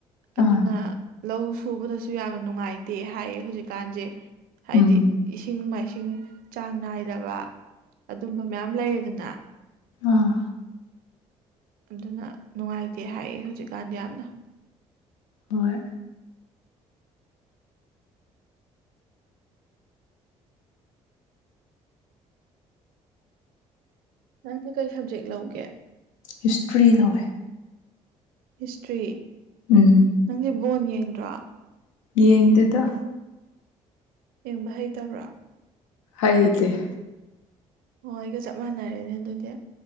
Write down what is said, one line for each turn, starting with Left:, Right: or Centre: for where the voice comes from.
Right: ꯑꯗꯨꯅ꯫
Left: ꯑꯥ
Right: ꯂꯧ ꯁꯨꯕꯗꯁꯨ ꯌꯥꯝꯅ ꯅꯨꯡꯉꯥꯏꯇꯦ ꯍꯥꯏꯌꯦ ꯍꯧꯖꯤꯛꯀꯥꯟꯁꯦ꯫ ꯍꯥꯏꯗꯤ
Left: ꯎꯝ
Right: ꯏꯁꯤꯡ ꯃꯥꯏꯁꯤꯡ꯫ ꯆꯥꯡ ꯅꯥꯏꯗꯕ ꯑꯗꯨꯝꯕ ꯃꯌꯥꯝ ꯂꯩꯔꯦꯗꯅ꯫
Left: ꯑꯥ
Right: ꯑꯗꯨꯅ ꯅꯨꯡꯉꯥꯏꯇꯦ ꯍꯥꯏꯌꯦ ꯍꯧꯖꯤꯛꯀꯥꯟꯗꯤ ꯌꯥꯝꯅ꯫
Left: ꯍꯣꯏ꯫
Right: ꯅꯪꯗꯤ ꯀꯩ ꯁꯕꯖꯦꯛ ꯂꯧꯒꯦ꯫
Left: ꯍꯤꯁꯇ꯭ꯔꯤ ꯂꯧꯋꯦ꯫
Right: ꯍꯤꯁꯇ꯭ꯔꯤ
Left: ꯎꯝ
Right: ꯅꯪꯗꯤ ꯕꯣꯟ ꯌꯦꯡꯗ꯭ꯔꯥ
Left: ꯌꯦꯡꯗꯦꯗꯥ
Right: ꯌꯦꯡꯕ ꯍꯩꯇꯕ꯭ꯔꯥ꯫
Left: ꯍꯥꯏꯗꯦ꯫
Right: ꯍꯣꯏ ꯒ ꯆꯞ ꯃꯥꯟꯅꯔꯦꯅꯦ ꯗꯨꯗꯦ